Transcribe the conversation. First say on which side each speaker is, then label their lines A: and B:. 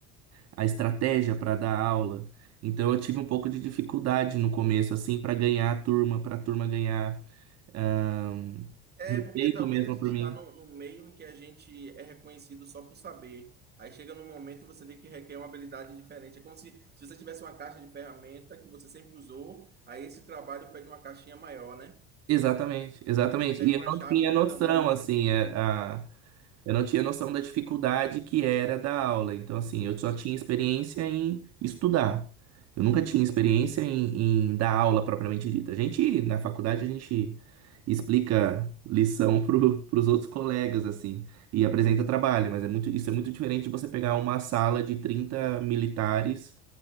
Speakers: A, on the right; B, on the right.
A: a estratégia para dar aula. Então eu tive um pouco de dificuldade no começo, assim, para ganhar a turma, para a turma ganhar ahn,
B: É,
A: respeito
B: porque talvez
A: mesmo
B: a gente
A: por mim.
B: está num, num meio em que a gente é reconhecido só por saber. Aí chega num momento e você vê que requer uma habilidade diferente. É como se, se você tivesse uma caixa de ferramenta que você sempre usou, aí esse trabalho pede uma caixinha maior, né?
A: Exatamente, exatamente.
B: Pede
A: E eu
B: uma
A: não
B: chave
A: tinha
B: de
A: noção,
B: um tamanho que
A: assim,
B: você não tem.
A: é, a, Eu não tinha noção da dificuldade que era da aula. Então, assim, eu só tinha experiência em estudar. Eu nunca tinha experiência em, em dar aula propriamente dita. A gente, na faculdade, a gente explica lição para os outros colegas, assim, e apresenta trabalho, mas é muito, isso é muito diferente de você pegar uma sala de 30 militares